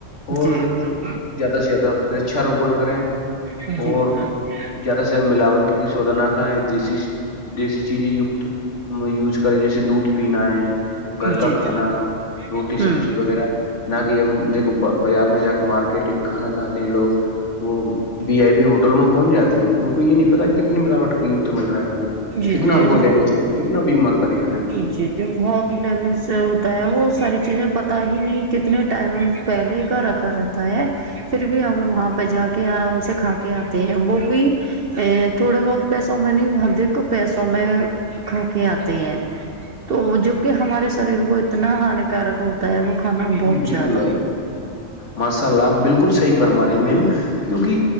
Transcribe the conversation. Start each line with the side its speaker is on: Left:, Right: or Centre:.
Left: اور
Right: جی بالکل <inaudible>
Left: زیادہ سے زیادہ پررچھاروپن کریں
Right: جی
Left: اور
Right: جی <inaudible>
Left: زیادہ سے ملاوٹ کی شوودناک ہے دیسی دیسی چیزیں کت ہم یوز کریں جیسے دودھ پینا ہے گھر کا
Right: جی
Left: کھانا
Right: جی
Left: روٹی
Right: ہوں
Left: سبزی وغیرہ نہ کہ ہم دیکھو بازار میں جا کے مارکیٹ ٹنگ کھانا کھاتے ہیں لوگ وہ بی آئی پی ہوٹل میں پہنچ جاتے ہیں ان کو یہ نہیں پتا کہ ملاوٹ یکت مل رہ ہے ہم کو
Right: جی
Left: کتنا
Right: جی
Left: ہم کو ڈیمیج کرے کتنا بیمار کرے گا ن
Right: چیزیں بہت ڈیمیج سے ہوتا ہے وہ ساری چیزیں پت ہی نہیں کتنے ٹائم پہلے ہی کا رکھا رہتا ہے پھر بھی ہم وہاں پہ جا کے آرام سے کھا کے آتے ہیں وہ بھی ا تھوڑے بہت پیسوں میں نہیں ادک پیسوں میں کھا کے آتے ہیں تو جب کہ ہمارے شریر کو اتنا ہانیکارک ہو تی وہ و خھانا بہت
Left: ہاں بالکل
Right: زیادہ
Left: ماشاء لپ بالکل صحیح فرم رہی میم کیونکہ